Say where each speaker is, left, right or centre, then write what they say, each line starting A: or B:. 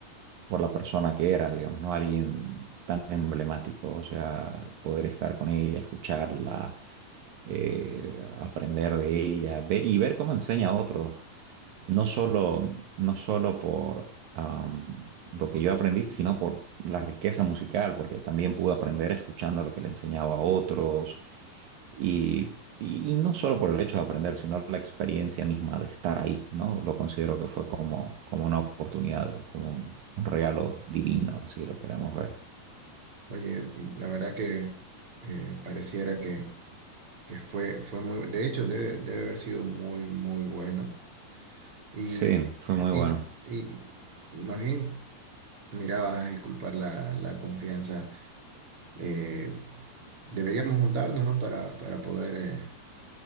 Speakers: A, on the right; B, on the right.
A: por la persona que era, digamos, ¿no? Alguien tan emblemático, o sea, poder estar con ella, escucharla, eh, aprender de ella, ver y ver cómo enseña a otros no solo, no solo por am, lo que yo aprendí, sino por la riqueza musical, porque también pude aprender escuchando lo que le enseñaba a otros y, y- y no solo por el hecho de aprender, sino la experiencia misma de estar ahí, ¿no? Lo considero que fue como, como una oportunidad, digamos, como un, un regalo divino, si lo queremos ver.
B: Oye, la verdad que eh, pareciera que, que fue, fue muy, de hecho debe, debe haber sido muy, muy bueno. Y,
A: Sí, fue muy
B: y,
A: bueno.
B: y más bien, mira, vas a disculpar la, la confianza. Eh, deberíamos juntarnos, ¿no? Para, para poder eh,